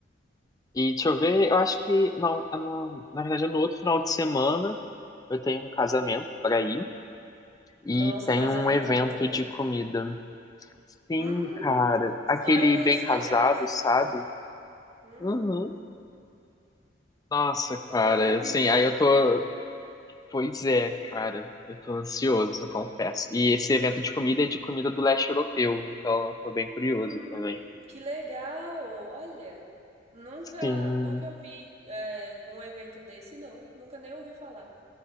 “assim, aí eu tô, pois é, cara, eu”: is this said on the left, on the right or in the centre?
Left